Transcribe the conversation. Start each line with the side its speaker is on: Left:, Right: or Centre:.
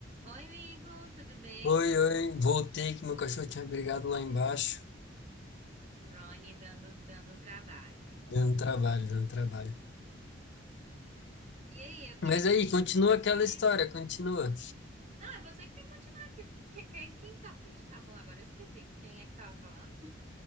Right: Oi, amigo, tudo bem?
Left: Oi, oi, voltei que meu cachorro tinha brigado lá embaixo,
Right: Rony dando, dando trabalho.
Left: dando trabalho, dando trabalho.
Right: E aí, eu queria
Left: Mas
Right: que
Left: aí,
Right: você continuasse.
Left: continua aquela história,
Right: É.
Left: continua.
Right: Não, é você que tem que continuar aqui. Que- Quem, quem que tava, quem que a gente tava falando agora? Eu esqueci. Quem é que tava falando?